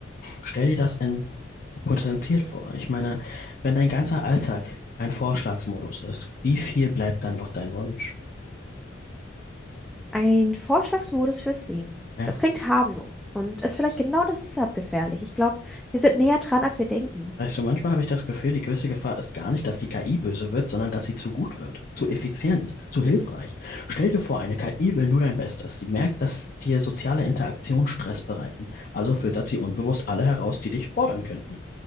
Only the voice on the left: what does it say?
Stell dir das in potenziert vor. Ich meine, wenn dein ganzer Alltag ein Vorschlagsmodus ist, wie viel bleibt dann noch dein Wunsch?
Ja.
Weißt du, manchmal habe ich das Gefühl, die größte Gefahr ist gar nicht, dass die KI böse wird, sondern dass sie zu gut wird, zu effizient, zu hilfreich. Stell dir vor, eine KI will nur dein Bestes. Sie merkt, dass dir soziale Interaktionen Stress bereiten. Also filtert sie unbewusst alle heraus, die dich fordern könnten.